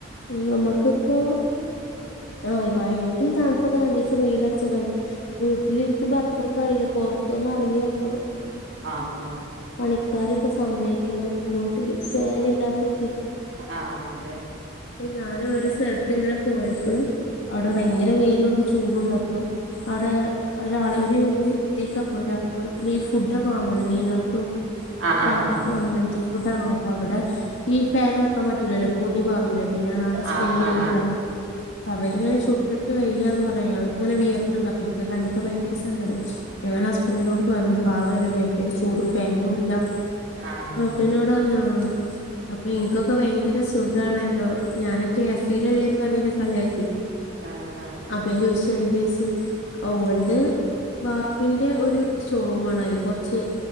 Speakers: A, on the left; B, on the right.
A: നമ്മുക്കിപ്പോ ആഹ് ഈ മഴന്റെ തണുപ്പൊക്കെ രണ്ട് ദിവസം വെയിലുറച്ച കഴിയും വീട്ടിലിരിക്കുമ്പോ അത്രക്കറിയില്ല പൊറത്തൊന്ന് ഇറങ്ങി നോക്കണം
B: ആഹ് ആഹ് ആഹ്
A: പണിക്കാരെയൊക്കെ സമ്മയ്ക്കണം വീട്ടില് ഫാൻ ഇല്ലാത്തെക്കെയെ
B: ആഹ് അതെ
A: അപ്പൊ ഞാനും ഒരു സ്ഥലത്ത് ഇങ്ങനെ പോയപ്പളും അവിടെ ഭയങ്കര വെയില് വൊണ്ട് ചൂടുവുണ്ട് അപ്പം അവിടെ ഒരാള് ഒര് ഇതൊക്കെ പോയിത് അക്കോറിയത്തില് ഈ ഫുഡ് ഒക്കെ വാങ്ങൂലെമീന് ആൾക്
B: ആഹ് ആഹ്
A: <unintelligible> <unintelligible> അവിടെ ഈ ഫാനും വെക്കാൻ പറ്റൂലല്ലോ പൊടി പറ പിന്നെ ആകെ സ്മെല്ലല്ലെ
B: ആഹ് ആഹ് ആഹ്
A: കറ അവരിങ്ങനെ ചുട്ടിട്ട് വയ്യാ എന്ന് പറയാ ഇങ്ങനെ വിയർക്കുണ്ട് അപ്പ എനിക്ക് കണ്ടപ്പോ ഭയങ്കര സങ്കടച്ച് ഞാൻ ഹസ്ബന്റിനോട് പറഞ്ഞു പാവല്ലേ ഭയങ്കര ചൂട് ഫാനും ഇല്ല
B: ആഹ്
A: പിന്നോട് പറഞ്ഞോ അപ്പൊ ഇനക്കൊക്കെ ഭയങ്കര സുഖാണല്ലോ ഞാനൊക്കെ <unintelligible> അല്ലേന്ന് പറഞ്ഞെന്നെ കളിയാക്കി
B: ആഹ് ആഹ് ആഹ് ആഹ്
A: അപ്പം ചോദിച്ച് എന്തേച്ച് ഓൾത് വാർപ്പിന്റെ ഒരു ഷോറൂമാണ് അതില് കുറച്ച്